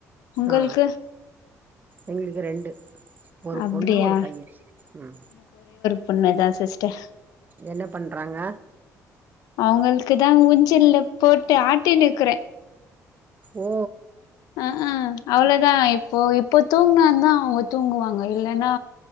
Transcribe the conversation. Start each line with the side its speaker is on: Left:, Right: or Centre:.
Left: உங்களுக்கு
Right: ஆ எங்களுக்கு ரெண்டு ஒரு
Left: அப்டியா
Right: பொண்ணு ஒரு பையன் உம்
Left: பொண்ணுதான் சிஸ்டர்
Right: என்ன பண்றாங்க
Left: அவங்களுக்கு தான் ஊஞ்சல்ல போட்டு ஆட்ட நக்குறேன்
Right: ஓ
Left: அஹ் அவ்வளவுதான் இப்போ இப்போ தூங்குினான் தான் அவங்க தூங்குவாங்க இல்ன்னா